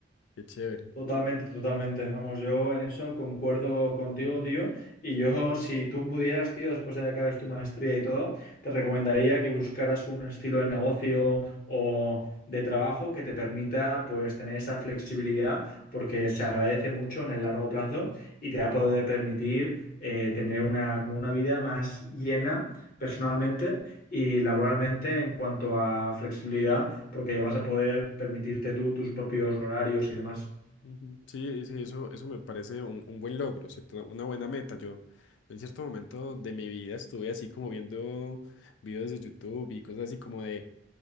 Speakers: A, on the left; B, on the left.
A: Qué chévere.
B: Totalmente, totalmente. Vamos, yo en eso concuerdo contigo, tío. Y yo, si tú pudieras, tío, después de que acabes tu maestría y todo, te recomendaría que buscaras un estilo de negocio o de trabajo que te permita, pues, tener esa flexibilidad, porque se agradece mucho en el largo plazo y te va a poder permitir eh, tener una, como una vida más llena personalmente y laboralmente en cuanto a flexibilidad, porque vas a poder permitirte tú tus propios horarios y demás.
A: Ujú. Sí, sí, eso, eso me parece un, un buen logro, ¿cierto? Una buena meta. Yo en cierto momento de mi vida estuve así como viendo videos de YouTube y cosas así como de